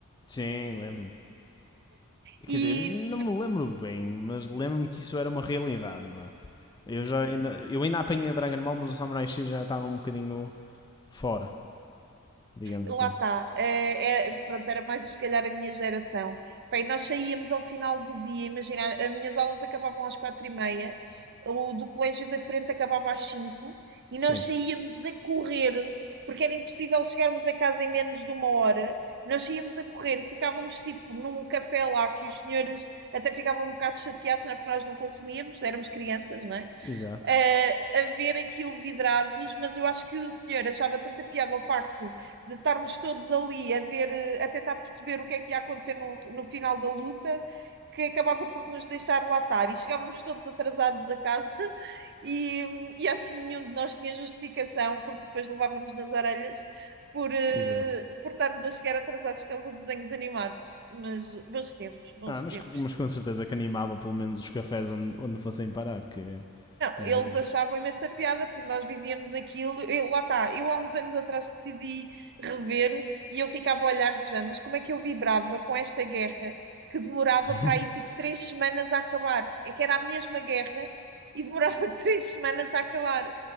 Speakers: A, on the left; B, on the right.
A: Sim, lembro-me. Quer
B: E
A: dizer, eu não me lembro bem, mas lembro-me que isso era uma realidade, vá. Eu, já ainda, eu ainda apanhei a Dragon Ball, mas o Samurai X já estava um bocadinho fora, digamos
B: lá
A: assim.
B: está. Eh, é- pronto, era mais se calhar a minha geração. Bem, nós saíamos ao final do dia, imagina, as minhas aulas acabavam às quatro e meia, o do colégio da frente acabava às cinco, e
A: Sim,
B: nós saíamos a correr, porque era impossível chegarmos a casa em menos de uma hora. Nós saíamos a correr, ficávamos tipo num café lá que os senhores até ficavam um bocado chateados, não é? Porque nós não consumíamos, éramos crianças, não é?
A: exato,
B: eh, a ver aquilo vidrados, mas eu acho que o senhor achava tanta piada o facto de estarmos todos ali a ver, eh, a tentar perceber o que é que ia acontecer no, no final da luta, que acabava por nos deixar latar e chegávamos todos atrasados a casa <laughs> e, e acho que nenhum de nós tinha justificação, porque depois levávamos nas orelhas por, eh,
A: exato.
B: por estarmos a chegar atrasados por causa de desenhos animados. Mas bons tempos, bons
A: Ah, mas,
B: tempos.
A: mas com certeza que animava pelo menos os cafés onde, onde fossem parar, que
B: Não,
A: não
B: eles
A: é?
B: achavam imensa piada porque nós vivíamos aquilo. Eu, lá está, eu há uns anos atrás decidi rever e eu ficava a olhar de género, mas como é que eu vibrava com esta guerra que demorava
A: <laughs>
B: para aí tipo três semanas a acabar? É que era a mesma guerra e demorava <laughs> três semanas a acabar.